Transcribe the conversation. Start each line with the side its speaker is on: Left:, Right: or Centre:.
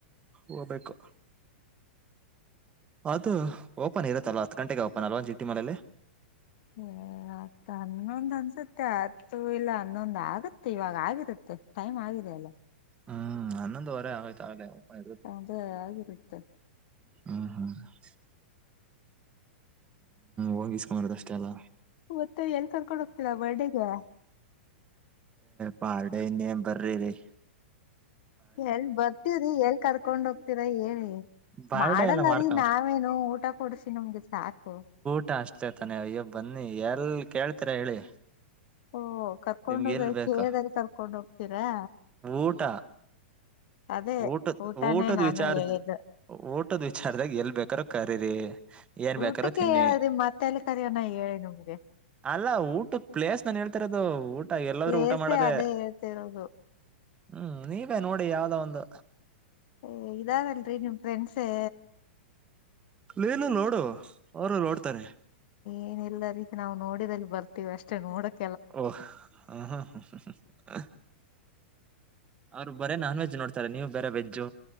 Right: ಹೋಗ್ಬೇಕು ಅದು ಓಪನ್ ಇರುತ್ತಲ್ವಾ ಹತ್ತು ಗಂಟೆಗೆ ಓಪನ್ ಅಲ್ವ ಜಿಟಿ ಮನೇಲಿ
Left: <unintelligible> ಹತ್ ಹನ್ನೊಂದ್ ಅನ್ಸುತ್ತೆ ಅತ್ತು ಇಲ್ಲ ಹನ್ನೊಂದ್ ಆಗುತ್ತೆ ಇವಾಗ ಆಗಿರುತ್ತೆ ಟೈಮ್ ಆಗಿದೆ ಅಲ್ಲ
Right: ಹ್ಮ್ಮ್ ಅನೋಂವರೆ ಆಗೋಯ್ತು ಆಗಲೇ ಇರುತ್ತೆ
Left: ಅದೇ ಆಗಿರುತ್ತೆ
Right: <unintelligible> ಹೋಗಿಸಿಕೊಂಡು ಬರೋದು ಅಷ್ಟೇ ಅಲ್ವ
Left: ಮತ್ತೆ ಎಲ್ಲಿ ಕರ್ಕೊಂಡು ಹೋಗ್ತಿರುವ ಬರ್ತ್ಡೇ ಗೆ
Right: ಪಾರ್ಡೆ ಇನ್ನೇನ್ ಬರಿರೀ
Left: ಎಲ್ ಬರ್ತವ್ರಿ ಎಲ್ ಕರ್ಕೊಂಡ್ ಹೋಗ್ತೀರ ಹೇಳಿ
Right: ಬಾರ್ಡೇ
Left: ಮಾಡಲ್ಲರಿ
Right: ಎಲ್ಲ ಮಾಡ್ಕೊ
Left: ನಾವೇನು ಊಟ ಕೊಡ್ಸಿ ನಮ್ಗೆ ಸಾಕು
Right: ಊಟ ಅಷ್ಟೇತಾನೆ ಅಯ್ಯೋ ಬನ್ನಿ ಎಲ್ ಕೇಳ್ತೀರಾ ಹೇಳಿ
Left: ಓ ಕರ್ಕೊಂಡ
Right: ನಿಮ್ಗೆ ಎಲ್ ಬೇಕು
Left: ಕೇಳಿದ್ರೆ ಕರ್ಕೊಂಡ್ ಹೋಗ್ತೀರಾ
Right: ಊಟ
Left: ಅದೇ
Right: ಊಟದ
Left: ಊಟನೇ
Right: ಊಟದ
Left: ನಾನು
Right: ವಿಚಾರ
Left: ಹೇಳಿದ್ದು
Right: ಊಟದ್ ವಿಚಾರದಾಗ ಎಲ್ ಬೇಕಾರ ಕರೀರಿ ಏನ್
Left: ಊಟಕ್ಕೆ
Right: ಬೇಕಾರ ತಿನ್ನಿ
Left: ಹೇಳುದ್ವಿ ಮತ್ತೆಲ್ಲಿ ಕರಯನ ಹೇಳಿ ನಿಮಗೆ
Right: ಅಲ್ಲಾ ಊಟ ಪ್ಲೇಸ್ ನಾನು ಹೇಳ್ತಿರೋದು ಊಟ ಎಲ್ಲಾದ್ರೂ
Left: ಪ್ಲೇಸೇ
Right: ಊಟ ಮಾಡದೆ
Left: ಅದೇ ಹೇಳ್ತಿರೋದು
Right: ಹ್ಮ್ ನೀವೇ ನೋಡಿ ಯಾವ್ದೋ ಒಂದು
Left: ಏ ಇದಾರಲ್ರಿ ನಿಮ್ ಫ್ರೆಂಡ್ಸೇ
Right: ನೀನು ನೋಡು ಅವರು ನೋಡ್ತಾರೆ
Left: ಏನಿಲ್ಲ ರೀ ನಾವು ನೋಡಿದಲ್ಲಿ ಬರ್ತೀವಿ ಅಷ್ಟೇ ನೋಡಕ್
Right: ಓ ಹಾ ಹಾ ಹ ಅವ್ರು ಬರೇ ನಾನ್ ವೆಜ್ ನೋಡ್ತಾರೆ ನೀವು ಬೇರೆ ವೆಜ್